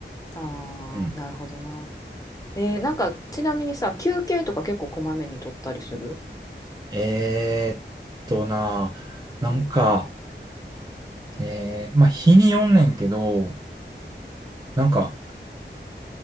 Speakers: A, on the left; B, on the right.
A: ああーなるほどな
B: うん。
A: えーなんかちなみにさ休憩とか結構こまめに取ったりする
B: えーっとな、なんか、
A: うん
B: えー、まあ、日によんねんけど、なんか、